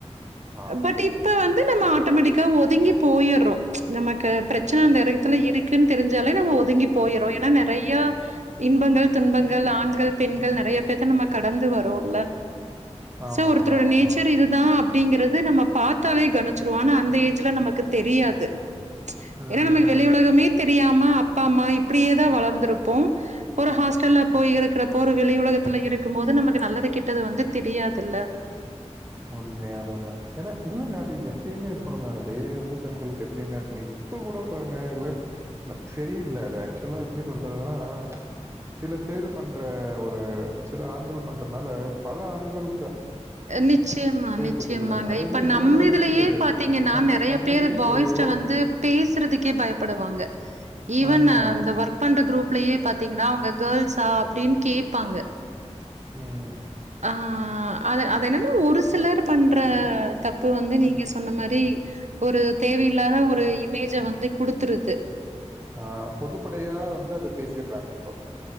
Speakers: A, on the right; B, on the right.
A: ஆமாமா.
B: பட் இப்ப வந்து நம்ம ஆட் ஆட்டோமெட்டிக்கா ஒதுங்கி போய்யற்றோ நமக்கு பிரச்சன அந்த எடத்துல இருக்குன்னு தெரிஞ்சாலே நம்ம ஒதுங்கி போயிரொ ஆனா நெறையா இன்பங்கள் துன்பங்கள் ஆண்கள் பெண்கள் நிறைய பேத்த நம்ம கடந்து வரோல்ல
A: ஆமாமாமா.
B: சோ ஒருத்தரோட நேச்சர் இது தா அப்டிங்கறிது நம்ம பாத்தாலே கனிச்சிருவோ ஆனா அந்த ஏஜ்ல நமக்கு தெரியாது
A: ம்,
B: ஏனா நமக்கு
A: ம்.
B: வெளி உலகமே தெரியாம அப்பா அம்மா இப்டியே தா வளந்திருப்போ ஒரு ஹாஸ்டல்ல போய் இருக்கிறப்போ ஒரு வெளி உலகத்துல இருக்கும் போது நமக்கு நல்லது கெட்டது வந்து தெரியாதில்ல
A: உண்மையாதாங்க ஏன்னா தில்லுங்க அதிக்கோ எப்பயுமே இருக்கணுங்க அந்த தைரியோ வந்து பெண்களுக்கு எப்பயுமே இருக்கணு இப்ப கூட பாருங்க இல்ல அது செரி இல்லஅது ஆக்சுவலா எப்டி சொல்றதுன சில பேரு பண்ற ஒரு சில ஆண்கள் பண்றதுனால பல ஆண்கள்
B: நிச்சயமா நிச்சயமாங்க
A: குத்துக்கிறாங்க. அது
B: இப்ப
A: வந்து எங்களால
B: நம்மள்துலயே
A: எப்படி சொல்றது?
B: பாத்தீங்கன்னா
A: நம்ப
B: நெறைய
A: தங்கச்சி
B: பேர் பாய்ஸ்ட்ட
A: கூடயோ
B: வந்து பேசுறதுக்கே பயப்படுவாங்க ஈவன்
A: ஆமா.
B: அந்த ஒர்க் க் பண்ற க்ரூப்லயே பாத்தீங்கன்னா அவங்க கேள்ஸா அப்டின்னு கேப்பாங்க
A: ம்
B: ஆ அது அது என்னன்னா ஒரு சிலர் பண்ற தப்பு வந்து நீங்க சொன்ன மாரி ஒரு தேவையில்லாத ஒரு இமேஜ வந்து குடுத்துருது
A: ஆ பொதுப்படையா வந்து அது பேசிட்றாங்க இப்போ